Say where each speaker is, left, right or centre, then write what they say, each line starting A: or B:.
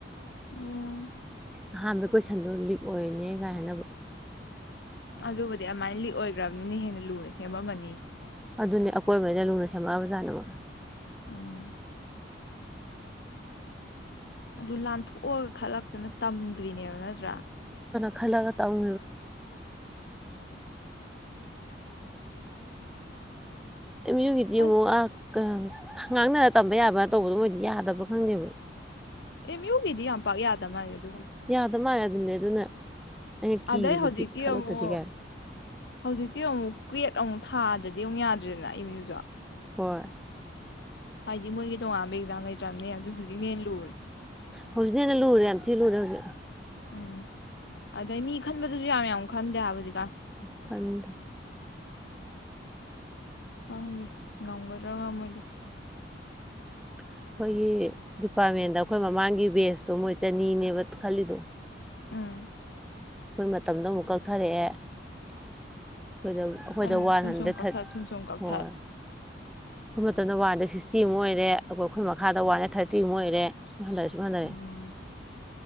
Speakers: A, on the left; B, in the centre.
A: ꯎ
B: ꯑꯍꯥꯟꯕ ꯀꯣꯏꯁꯟꯗꯣ ꯂꯤꯛ ꯑꯣꯏꯔꯅꯦ ꯀꯥꯏꯅꯕ
A: ꯑꯗꯨꯕꯨꯗꯤ ꯑꯗꯨꯃꯥꯏꯅ ꯂꯤꯛ ꯑꯣꯏꯈ꯭ꯔꯕꯅꯤꯅ ꯍꯦꯟꯅ ꯂꯨꯅ ꯁꯦꯝꯃꯝꯃꯅꯤ
B: ꯑꯗꯨꯅꯦ ꯑꯀꯣꯏꯕꯉꯩꯅ ꯂꯨꯅ ꯁꯦꯝꯃꯛꯑꯕ ꯖꯥꯠꯅꯕꯃꯛ
A: ꯎꯝ ꯑꯗꯨ ꯂꯥꯟꯊꯣꯛꯑꯒ ꯈꯜꯂꯛꯇꯅ ꯇꯝ ꯀꯔꯤꯅꯦ ꯅꯠꯇ꯭ꯔꯥ
B: ꯈꯂꯒ ꯇꯒꯦ ꯑ ꯌꯒꯤꯗꯤꯃꯣ
A: ꯑꯁ
B: ꯑ ꯈꯉꯥꯡꯅꯅ ꯇꯝꯕ ꯌꯥꯕꯅ ꯇꯧꯕꯗꯣ ꯃꯣꯏꯗꯤ ꯌꯥꯗꯕ꯭ꯔꯣ ꯈꯪꯗꯦꯕ
A: ꯑꯦ ꯃ꯭ꯌꯨꯒꯤꯗꯤ ꯌꯥꯝ ꯄꯥꯛ ꯌꯥꯗꯕ ꯃꯥ ꯍꯥꯏꯒꯗꯤ
B: ꯌꯥꯗꯕ ꯃꯥꯜꯂꯦ ꯑꯗꯨꯝꯅꯦ ꯑꯗꯨꯅ ꯑꯩꯅ
A: ꯑꯗꯩ
B: ꯀꯤꯕꯁꯤꯗꯤ
A: ꯍꯧꯖꯤꯛꯇꯤ
B: ꯈꯜꯂꯛꯇꯗꯤ
A: ꯑꯃꯨꯛ
B: ꯀꯥꯏ
A: ꯍꯧꯖꯤꯛꯇꯤ ꯑꯃꯨꯛ ꯀ꯭ꯋꯦꯠ ꯑꯃꯨꯛ ꯊꯥꯗ꯭ꯔꯗꯤ ꯑꯃꯨꯛ ꯌꯥꯗ꯭ꯔꯦꯅ ꯏꯃꯦꯌꯖ
B: ꯍꯣꯏ
A: ꯍꯥꯏꯗꯤ ꯃꯣꯏꯒꯤ ꯇꯣꯉꯥꯟꯕ ꯑꯦꯛꯖꯥꯝ ꯂꯩꯇ꯭ꯔꯕꯅꯦ ꯑꯗꯨ ꯍꯧꯖꯤꯛꯅ ꯍꯦ ꯂꯨꯔꯦ
B: ꯍꯧꯖꯤꯛꯅ ꯍꯦꯟꯅ ꯂꯨꯔꯦ ꯌꯥꯝ ꯊꯤ ꯂꯨꯔꯦ ꯍꯧꯖꯤꯛ
A: ꯎꯝ ꯑꯗꯩ ꯃꯤ ꯈꯟꯕꯗꯨꯁꯨ ꯌꯥꯝ ꯌꯥꯝ ꯈꯟꯗꯦ ꯍꯥꯏꯕꯖꯤꯛꯀ
B: ꯈꯟꯗ
A: ꯈꯪꯗꯦ ꯉꯝꯒꯗ꯭ꯔꯥ ꯉꯃꯣꯏꯗ
B: ꯑꯩꯈꯣꯏꯒꯤ ꯗꯤꯄꯥꯔꯠꯃꯦꯟꯗ ꯑꯩꯈꯣꯏ ꯃꯃꯥꯡꯒꯤ ꯕꯦꯁꯇꯣ ꯃꯣꯏ ꯆꯅꯤꯅꯦꯕ ꯈꯜꯂꯤꯗꯣ
A: ꯎꯝ
B: ꯑꯩꯈꯣꯏ ꯃꯇꯝꯗꯣ ꯑꯃꯨꯛ ꯀꯛꯊꯔꯛꯑꯦ ꯑꯩꯈꯣꯏꯗ ꯑꯩꯈꯣꯏꯗ
A: ꯑꯗꯨꯅꯦ
B: ꯋꯥꯟ
A: ꯁꯨꯝ
B: ꯍꯟꯗ꯭ꯔꯦꯠ
A: ꯁꯨꯝ ꯀꯛꯊꯠ
B: ꯊꯥꯔꯇꯤ
A: ꯁꯨꯝ ꯁꯨꯝ ꯀꯛꯊꯠ
B: ꯍꯣꯏ ꯑꯩꯈꯣꯏ ꯃꯇꯝꯗ ꯋꯥꯟꯗ ꯁꯤꯛꯁꯇꯤ ꯑꯃꯨ ꯑꯣꯏꯔꯦ ꯑꯩꯣꯏ ꯑꯩꯈꯣꯏ ꯃꯈꯥꯗ ꯋꯥꯟꯗ ꯊꯥꯔꯇꯤ ꯑꯃꯨ ꯑꯣꯏꯔꯦ <unintelligible>
A: ꯎꯝ